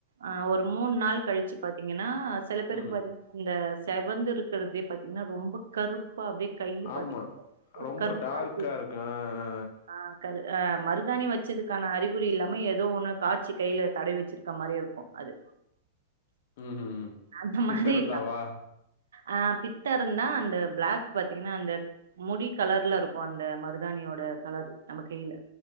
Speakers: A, on the right; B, on the left.
A: ஆ ஒரு மூணு நாள் கழிச்சு பாத்தீங்கன்னா செல பேருக்கு
B: ம்
A: பாத்தீங்க அந்த செவந்து இருக்கறதே பாத்தீங்கன்னா ரொம்ப கருப்பா அப்டியே கைய
B: ஆமா
A: பாதி
B: ரொம்ப
A: கருப்பாக்கி
B: டார்க்கா இருக்கு ஆ ஆ
A: ஆ கரு அ மருதாணி வச்சதுக்கான அறிகுறி இல்லாம ஏதோ ஒண்ணு காட்சி கையில தடை வச்சிருக்க மாரியே இருக்கு அது
B: ம் ம்
A: அந்த
B: பித்த
A: மாரி
B: இருந்தாவா
A: ஆ பித்த இருந்தா அந்த ப்ளாக் பாத்தீங்கன்னா அந்த முடி கலர்ல இருக்கு அந்த மருதாணியோட கலர் நம்ம கைல